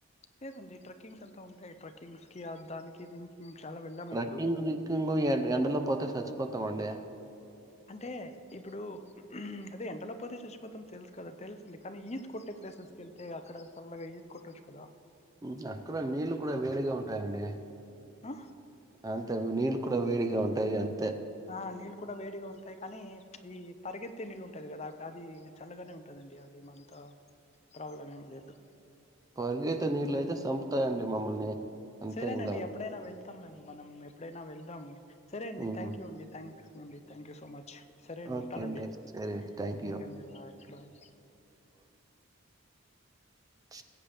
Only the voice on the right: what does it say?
రక్ంగ్
ఇక్కింగ్ ఎండలో పోతే చచ్చిపోతాం అండి
మ్ అక్కడ నీళ్లు కూడా వేడిగా ఉంటాయంండి
అంత నీళ్ క్కడ వేడిగా ఉంటాయిా అని
పరిగయితే నీళ్లు అయితే చంపుతాయంండి మమ్మల్ని అంతే
ఇంగా
హ్మ్.
ఓకే
సరే థ్యాంక్ యూ
చచ్చి